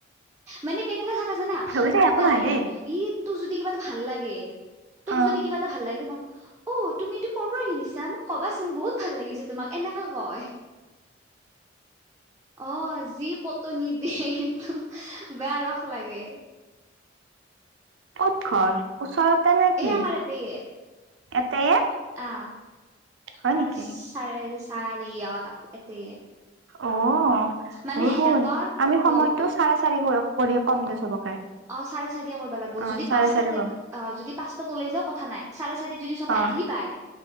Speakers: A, on the right; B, on the right.
A: মানে কেনেকুৱা জাগা জানা,
B: হ'ব দে একো
A: ডাইৰেক্ট
B: নহয় দেই।
A: ই তোক যদি কিবা এটা ভাল লাগে, তোক
B: অ
A: যদি কিবা এটা ভাল লাগে <unintelligible> অ', তুমি এইটো কৰ' পৰা কিনিছা, মোক ক'বাচোন বহুত ভাল লাগিছে তোমাক, এনেকে কয়। <inaudible> অ', যি পিটনি দেই, বেয়া ৰস লাগে।
B: কত ঘৰ, ওচৰতে নেকি,
A: এই আমাৰ এতেয়ে
B: এতেয়ে?
A: আহ,
B: হয়
A: আমাৰ
B: নেকি?
A: চ চাৰি অ' এতেয়ে।
B: অ বৰষূণ
A: মানে সিহঁতৰ
B: আমি
A: হৌ
B: সময়তটো চাৰে চাৰি বজাত কৰি কম দে চবকে
A: অ চাৰে চাৰি কৰিবা লাগব
B: অ
A: যদি
B: চাৰে
A: পাঁচটাতে
B: চাৰি কম
A: অ যদি পাঁচটাত ওলাই যাও কথা নাই চাৰে চাৰিত যদি চবে
B: অ
A: আহি পায়